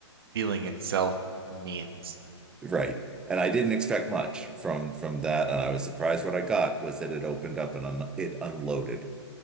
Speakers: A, on the right (about 55°); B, in the centre.
A: feeling itself means? <laughs>
B: Right. And I didn't expect much from from that, and I was surprised what I got was that it opened up and un it unloaded